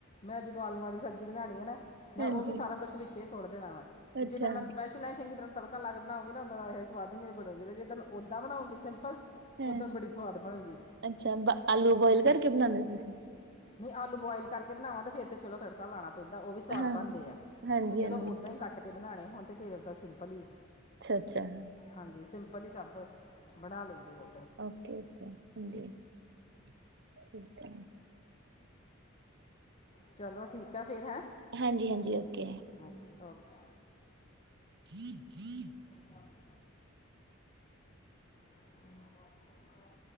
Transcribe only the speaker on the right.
ਹਾਂਜੀ।
ਅੱਛਾ
ਹੈਂ
ਅੱਛਾ ਆਲੂ ਬੋਆਇਲ ਕਰਕੇ ਬਣਾਦੇ ਔ ਤੁਸੀਂ?
ਹਾਂ।
ਹਾਂਜੀ,
ਹਾਂਜੀ
ਅੱਛਾ-ਅੱਛਾ।
ਓਕੇ-ਓਕੇ ਹਾਂਜੀ ਠੀਕ ਆ।
ਹਾਂਜੀ-ਹਾਂਜੀ ਓਕੇ।
<inaudible>